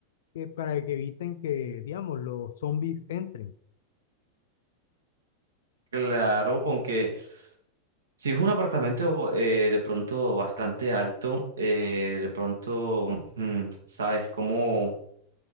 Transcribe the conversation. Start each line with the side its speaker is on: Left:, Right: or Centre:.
Left: que para que eviten que, digamos, los zombies entren.
Right: Claro, aunque si es un apartamento eh, de pronto bastante alto, eh, de pronto, mm, sabes, cómo